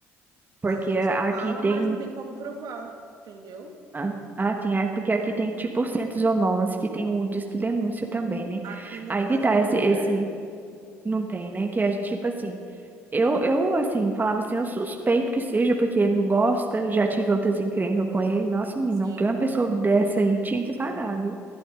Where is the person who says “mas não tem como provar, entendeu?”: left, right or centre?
Right